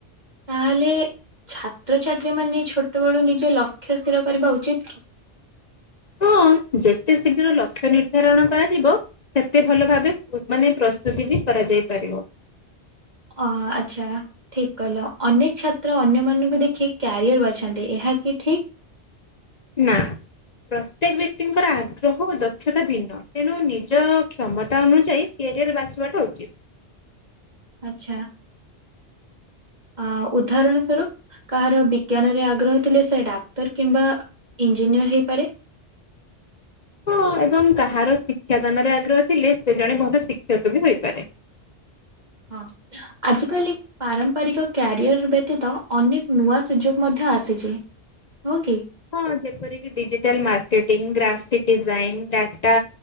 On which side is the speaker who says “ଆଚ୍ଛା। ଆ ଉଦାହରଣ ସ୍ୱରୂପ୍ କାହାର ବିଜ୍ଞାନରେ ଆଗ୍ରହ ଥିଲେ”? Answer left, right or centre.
Right